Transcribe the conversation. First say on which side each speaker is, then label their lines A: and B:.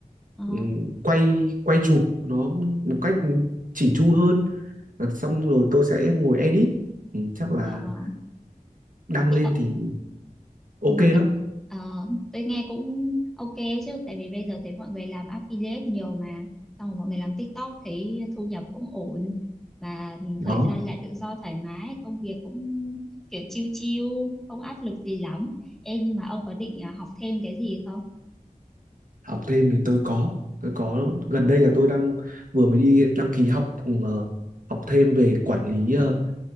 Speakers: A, in the centre; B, on the right.
A: Ờ,
B: ừ, quay quay chụp nó một cách chỉn chu hơn và xong rồi tôi sẽ ngồi edit thì chắc là
A: à,
B: đăng
A: thế
B: lên thì ok
A: Ừ, thế,
B: đó
A: ờ, tôi nghe cũng ok chứ tại vì bây giờ thấy mọi người làm affiliate nhiều mà xong rồi mọi người làm TikTok thấy thu nhập cũng ổn và
B: đó
A: thời gian lại tự do thoải mái công việc cũng kiểu chill chill không áp lực gì lắm em nhưng mà ông có định à, học thêm cái gì không
B: học thêm thì tôi có tôi có gần đây là tôi đang vừa mới đi đăng ký học ừ, ờ, học thêm về quản lý ờ,